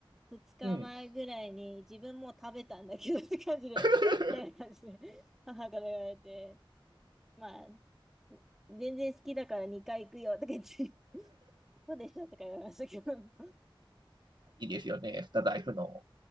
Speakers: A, in the centre; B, on the right.
A: 2日前ぐらいに自分もう食べたんだけどって感じで、
B: うん。<laughs>
A: えみたいな感じで母から言われて、まあ、全然好きだから2回行くよとか言って、そうでしたとか言われましたけど、
B: いいですよね。スタダイフの